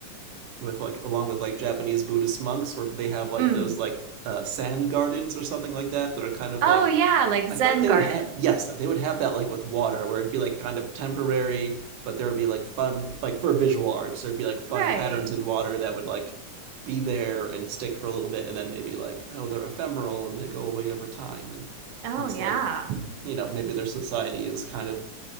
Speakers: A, on the right (about 85°); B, on the right (about 65°).
A: with like along with like Japanese Buddhist monks where they have like
B: Mm.
A: those like uh sand gardens or something like that that are kind of
B: Oh
A: like
B: yeah, like
A: I
B: Zen
A: feel like they
B: Garden.
A: would have yes they would have that like with water where it'd be like kind of temporary but there would be like fun like for visual arts there'd be like fun
B: Right.
A: patterns in water that would like be there and stick for a little bit and then maybe like oh they're ephemeral and they go away over time and
B: Oh
A: that's
B: yeah.
A: like you know maybe their society is kind of